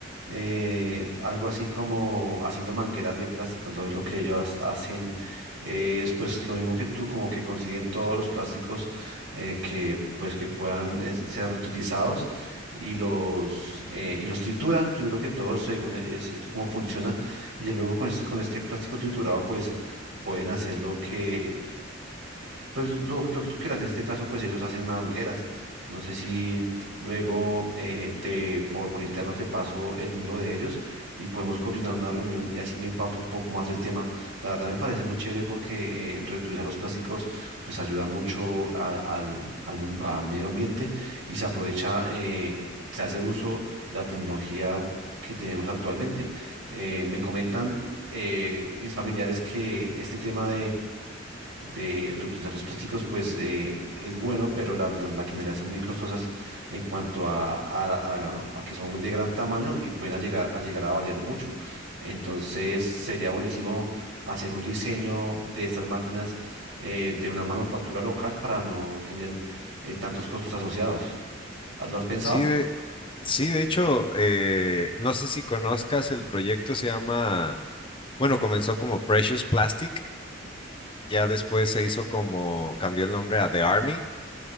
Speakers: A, on the right; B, on the left.
A: eh, algo así como haciendo mangueras de plástico. Entonces lo que ellos hacen es pues lo mismo que tú, como que consiguen todos los plásticos eh, que pues que puedan eh, ser reutilizados y los, eh, y los trituran, primero que todo, según es es como funciona y ya luego con este, con este plástico triturado pues pueden hacer lo que, pues lo, lo que tú quieras. En este caso, pues ellos hacen mangueras. No sé si luego eh, te por, por interno te paso el número de ellos y podemos coordinar una reunión y así me empapo un poco más del tema. La verdad me parece muy chévere porque eh, reutilizar los plásticos pues ayuda mucho a- al, al mun- al medio ambiente y se aprovecha, eh, se hace uso de la tecnología que tenemos actualmente. Eh, me comentan eh, mis familiares que este tema de reutilizar los plásticos, pues eh, es bueno, pero las, las maquinarias son muy costosas en cuanto a, a- a- a que son de gran tamaño y pueden a llegar, a llegar a valer mucho. Entonces sería buenísimo hacer un diseño de estas máquinas eh, de una manufactura local para no tener eh, tantos costos asociados. ¿Lo has pensado?
B: Sí, de, sí, de hecho, eh, no sé si conozcas el proyecto, se llama, bueno, comenzó como Precious Plastic, ya después se hizo como, cambió el nombre a The Army,